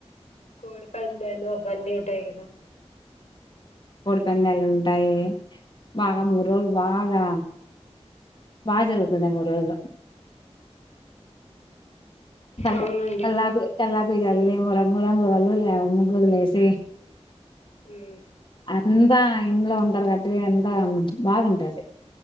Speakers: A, on the left; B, on the left.
A: కోడి పందాలు అవన్నీ ఉంటాయి కదా
B: కోడిపందాలు ఉంటాయి బాగా మూడు రోజులు బాగా బాగా జరుగుతుంది మూడు రోజులు కల్
A: అవునండి
B: కల్లాపి కల్లాపీజల్లి రంగు రంగుల వాళ్ళు లేవ ముగ్గులు వేసి
A: ఉమ్
B: అంతా ఇంట్లో ఉంటారు కాబట్టి ఎంతో కొంత బాధ ఉంటది